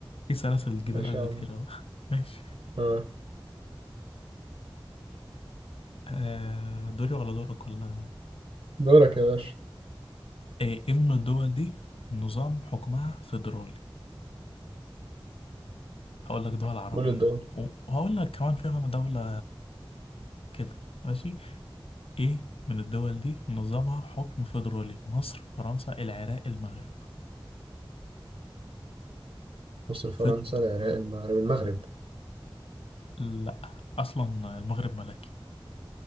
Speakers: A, on the left; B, on the right.
A: في سلاسل جبال
B: ماشي
A: قلب
B: يا عم
A: كتير أوي <laughs> ماشي
B: آه.
A: آه دوري ولا دورك ولا
B: دورك يا باشا
A: آه إيه من الدول دي نظام حكمها فيدرالي هقول لك دول عربية
B: قول الدول
A: وهقول لك كمان فيها دولة كده ماشي إيه من الدول دي نظامها حكم فيدرالي مصر فرنسا العراق المغرب
B: مصر فرنسا
A: فيد
B: العراق المغرب المغرب
A: لا أصلا المغرب ملكي